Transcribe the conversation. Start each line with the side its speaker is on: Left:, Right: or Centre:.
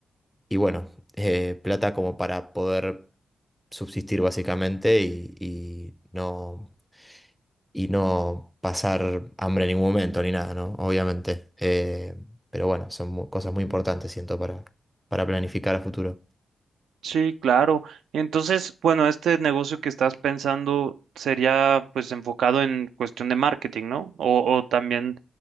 Centre: y bueno, eh, plata como para poder subsistir básicamente y, y no, y no pasar hambre en ningún momento ni nada, ¿no? Obviamente. Eh, pero bueno, son mu- cosas muy importantes, siento, para, para planificar a futuro.
Right: Sí, claro. Entonces, bueno, este negocio que estás pensando sería pues enfocado en cuestión de marketing, ¿no? O, o también,